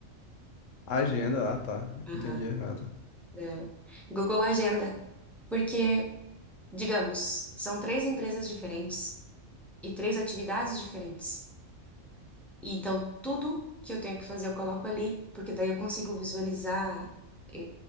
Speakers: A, on the left (about 75°); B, in the centre.
A: Agenda, ah tá,
B: Aham.
A: entendi errado.
B: é, Google Agenda. Porque, digamos, são três empresas diferentes e três atividades diferentes. E Então, tudo que eu tenho que fazer eu coloco ali, porque daí eu consigo visualizar, eh,